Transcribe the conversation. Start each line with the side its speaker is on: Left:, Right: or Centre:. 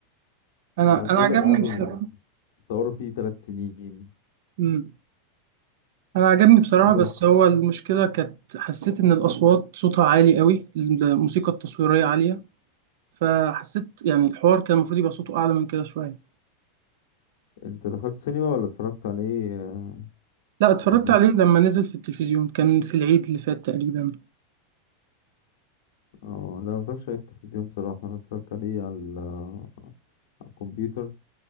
Right: انا
Left: يعني بيقول
Right: انا عجبني
Left: لك قعدوا
Right: بصراحه
Left: يصوروا فيه ثلاث سنين
Right: مم. انا عجبني بصراحه
Left: عجبك
Right: بس هو المشكله كانت حسيت ان الاصوات صوتها عالي قوي الموسيقى التصويريه عاليه فحسيت يعني الحوار كان المفروض يبقى صوته اعلى من كده شويه
Left: أنت دخلت سينما ولا اتفرجت عليه آه،
Right: لا اتفرجت
Left: على النت؟
Right: عليه لما نزل في التلفزيون كان في العيد اللي فات تقريبا
Left: اه لا متفرجش عليه في التلفزيون بصراحة أنا اتفرجت عليه على ال- على الكمبيوتر